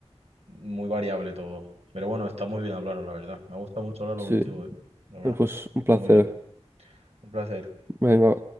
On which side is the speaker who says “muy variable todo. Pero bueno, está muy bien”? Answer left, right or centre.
Right